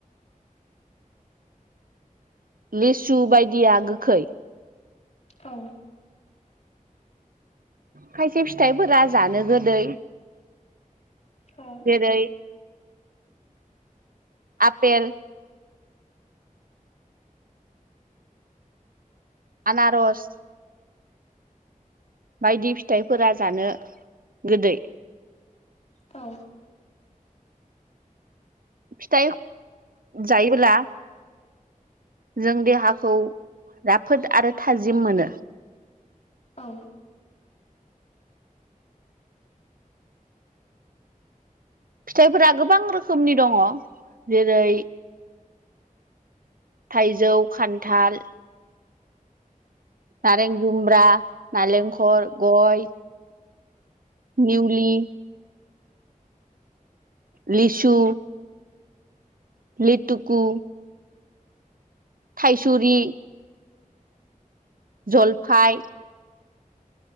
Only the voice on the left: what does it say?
औ
औ
औ
औ